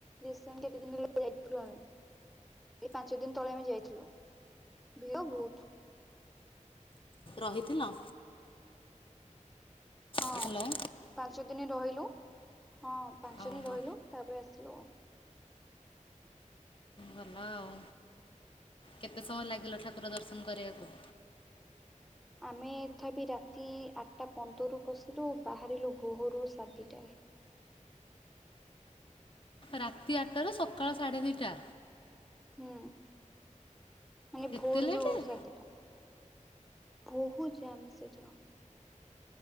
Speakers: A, in the centre; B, on the left.
A: ରିସେଣ୍ଟ କେତେ ଦିନ ହେଲା ଯାଇଥିଲୁ ଆମେ ଏଇ ପାଞ୍ଚ ଦିନ ତଳେ ଆମେ ଯାଇଥିଲୁ। ଭିଡ ବହୁତ।
B: ରହିଥିଲ?
A: ହଁ
B: ହ୍ୟାଲୋ
A: ପାଞ୍ଚ ଦିନ ରହିଲୁ, ହଁ ପାଞ୍ଚ
B: ଓହୋ
A: ଦିନ ରହିଲୁ ତାପରେ ଆସ ଲୁ ଆଉ
B: ଭଲ ଆଉ। କେତେ ସମୟ ଲାଗିଲା ଠାକୁର ଦର୍ଶନ କରିଆକୁ?
A: ଆମେ ତଥାପି ରାତି ଆଠଟା ପନ୍ଦରୁ ପସିଲୁ ବାହାରିଲୁ ବୋହରୁ ସାଢ଼େ ଦିଇଟା ରେ।
B: ରାତି ଆଠଟାରୁ ସକାଳ ସାଢେ ଦିଟା!
A: ହୁଁ ମାନେ
B: ଏତେ
A: ଭୋର
B: ଲେଟ୍
A: ଯୋଉ ସାଡ ଦିଇଟା। ବହୁତ ଜାମ୍ ସେଦିନ।